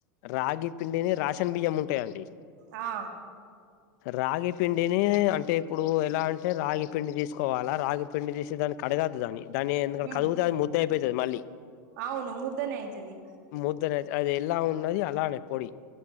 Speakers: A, on the left; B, on the right.
A: రాగి పిండిని రాషన్ బియ్యం ఉంటాయండి.
B: ఆ
A: రాగి పిండిని అంటే ఇప్పుడు ఎలా అంటే రాగి పిండి తీసుకోవాలా రాగి పిండి తీసే దాని. కడగాదు దాని దాన్ని ఎందు
B: ఉమ్
A: కడిగతే అది ముద్ద అయిపోతుంది మళ్ళీ
B: అవును ముద్దనే అయితది
A: ముద్ద అనే అది ఎలా ఉన్నది అలానే పొడి